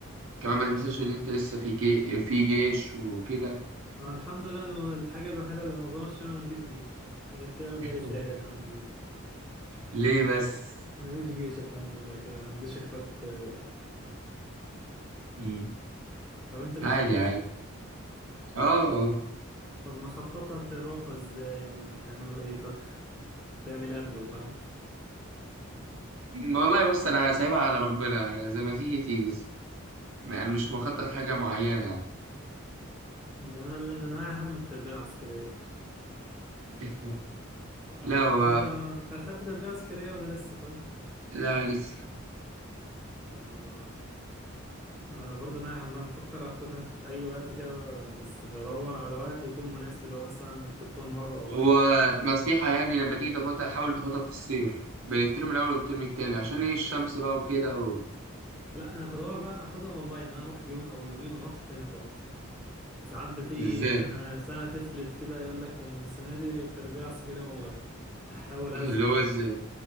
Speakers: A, on the right; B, in the centre.
A: كمان ما تنساش ان انت لسه في كي... في جيش وكده
B: انا الحمد لله الم- الحاجه الوحيده اللي منظمه الشمال ملجيش جيش غير كده الباقي
A: <laughs>
B: ساعد الحمد لله
A: ليه بس
B: ماليش جيش الحمد لله كده ما عنديش اخوات ولاد
A: مم.
B: طب انت ليك
A: عادي
B: جيش
A: عادي اه
B: طب مخططها تروحوا ازاي ولا هتعملوا ايه طيب <laughs> هتعمل إيه قبل وبعد
A: ما والله بص انا سايبها على ربنا يعني زي ما تيجي تيجي يعني مش مخطط حاجة معينة يعني
B: ده انا اللي ده انا هم التربيه العسكريه <laughs>
A: <laughs>
B: طب
A: لا و...
B: انت اخدت تربيه عسكريه ولا لسه طيب
A: لا لسه
B: آه، آه، برضه انا هم بفكر اخدها في اي وقت كده بس بدور على وقت يكون مناسب اللي هو مثلا تكون مره اونلاين
A: ونصيحة يعني لما تيجي تاخدها حاول تاخدها في الصيف بين الترم الأول والترم التاني عشان إيه الشمس بقى وكده و...
B: لا انا بدور بقى اخدها اونلاين انا اروح يوم او يومين وما اروحش تاني خالص ساعات بتيجي
A: إزاي
B: سنه سنه تفلت كده يقول لك السنه دي التربيه العسكريه اونلاين احاول
A: <laughs>
B: ازل
A: اللي هو إزاي